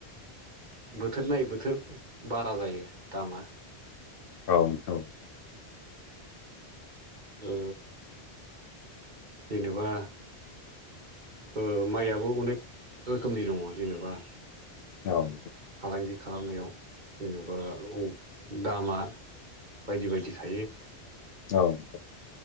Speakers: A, on the right; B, on the left.
A: बोथोर नाय बोथोर बारा जायो दामा
B: औ औ
A: ओ जेनोबा ओ माइ आबै अनेक रोखोमनि दङ जेनेबा
B: औ
A: फालांगि खालामनायाव जेनेबा औ दामा बायदि बायदि थायो।
B: औ